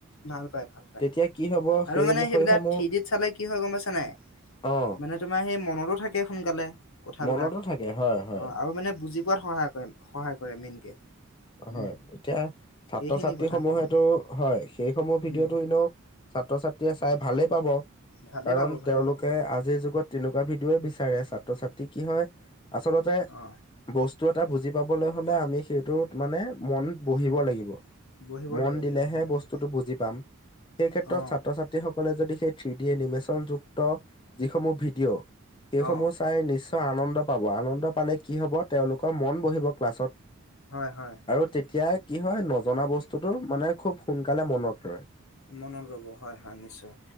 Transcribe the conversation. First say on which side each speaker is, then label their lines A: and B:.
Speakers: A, on the left (about 70°); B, on the left (about 20°).
A: ভাল পায়, ভাল পায়।
B: তেতিয়া কি হব
A: আৰু
B: সেই
A: মানে সেইবিলাক
B: সেইসমূহ
A: থ্ৰী ডিত চালে কি হয় গম পাইছা নাই?
B: অ
A: মানে তোমাৰ সেই মনতো থাকে সোনকালে কথাবিলাক।
B: মনতো থাকে হয় হয়
A: অঁ আৰু মানে বুজি পোৱাত সহায়- কৰে সহায় কৰে মেইনকে।
B: হয়,
A: উম
B: এতিয়া ছাত্ৰ-ছাত্ৰীসমূহেতো
A: সেইখিনি কথাখিনি
B: হয়, সেইসমূহ ভিডিঅ'টো
A: উম
B: এনেও- ছাত্ৰ-ছাত্ৰীয়ে চাই ভালেই পাব।
A: ভালেই
B: কাৰণ
A: পাব ভালেই
B: তেওঁলোকে
A: পাব অ
B: আজিৰ যুগত- তেনেকুৱা ভিডিঅ'য়ে বিচাৰে ছাত্ৰ-ছাত্ৰী কি হয় আচলতে-
A: অ
B: বস্তু এটা বুজি পাবলৈ হ'লে আমি সেইটোত মানে মন- বহিব
A: উম
B: লাগিব।
A: বহিব
B: মন
A: লাগিব
B: দিলেহে
A: বহিব লাগিব
B: বস্তুটো বুজি পাম। সেইক্ষেত্ৰত
A: অ
B: ছাত্ৰ-ছাত- ত্ৰীসকলে যদি সেই থ্ৰী ডি এনিমেচনযুক্ত যিসমূহ ভিডিঅ'- সেইসমূহ
A: অ
B: চাই নিশ্চয় আনন্দ পাব। আনন্দ পালে কি হ'ব তেওঁলোকৰ মন বহিব ক্লাছত।
A: হয় হয়।
B: আৰু তেতিয়াই কি হয়, নজনা বস্তুটো মানে খুউব সোনকালে মনত ৰয়।
A: মনত ৰ'ব, হয় হয়, নিশ্চয়।